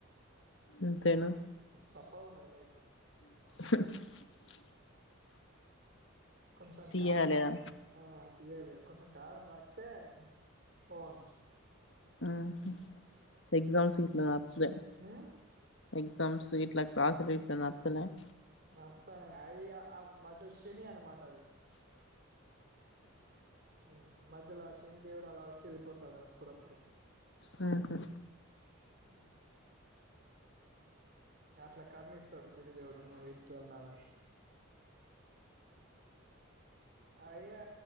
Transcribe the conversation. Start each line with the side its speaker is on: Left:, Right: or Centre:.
Left: అంతేనా
Right: చప్పగా ఉన్నది లైఫ్,
Left: <inaudible>
Right: కొంచం
Left: తీయాలేదా
Right: కారం రా బట్ ఆ లే లేదు కొంచంకారం ఆక్తేను బాగున్ను.
Left: ఉహు
Right: అ <inaudible>
Left: ఎగ్జామ్స్ సిట్లు మారాస్తలే,
Right: మేను హు
Left: ఎగ్జామ్స్ వీట్లా క్లాస్లు వీట్లో నడుస్తున్నాయి.
Right: భర్తనే అయి ఆ మదల్ శనిఅన మతావి. ఉ మధ్యలోఅ శని దేవుడు అలా వచ్చి వెళ్ళిపోతాడు అప్పుడప్పుడు,
Left: ఉహు
Right: <inaudible> అట్లా కరణిస్తాడు శని దేవుడు నువ్వు ఇర్చ ఉండాలని. అయ్యా